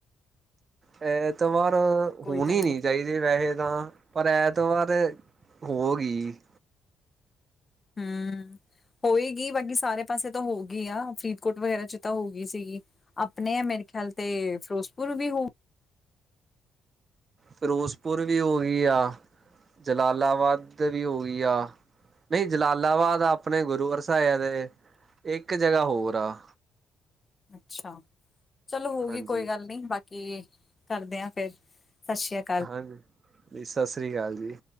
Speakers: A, on the right; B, on the left.
A: ਐਤਵਾਰ
B: ਕੋਈ
A: ਹੋਣੀ
B: ਗੱਲ
A: ਨੀ ਚਾਈ ਦੀ ਵੈਹੇ ਤਾਂ, ਪਰ ਐਤਵਾਰ ਹੋ ਗਈ।
B: ਹੂੰ। ਹੋ ਈ ਗੀ, ਬਾਕੀ ਸਾਰੇ ਪਾਸੇ ਤਾਂ ਹੋ ਗਈ ਆ, ਫਰੀਦਕੋਟ ਵਗੈਰਾ ਚ ਤਾਂ ਹੋ ਗਈ ਸੀਗੀ। ਆਪਣੇ ਆ ਮੇਰੇ ਖਿਆਲ ਤੇ ਫਿਰੋਜ਼ਪੁਰ ਵੀ ਹੋਊ
A: ਫਿਰੋਜ਼ਪੁਰ ਵੀ ਹੋ ਗਈ ਆ, ਜਲਾਲਾਬਾਦ ਤੇ ਵੀ ਹੋ ਗਈ ਆ। ਨਹੀਂ, ਜਲਾਲਾਬਾਦ ਆਪਣੇ ਗੁਰੂਵਰਸਾ ਦੇ ਨੇ ਇੱਕ ਜਗ੍ਹਾ ਹੋਰ ਆ।
B: ਅੱਛਾ। ਚੱਲ ਹੋਗੀ
A: ਹਾਂਜੀ
B: ਕੋਈ ਗੱਲ ਨੀ, ਬਾਕੀ ਕੀ ਕਰਦੇ ਆ ਫੇਰ। ਸਸੀ ਆ
A: ਹਾਂਜੀ। ਜ, ਸ ਸ਼੍ਰੀ ਕਾਲ ਜੀ।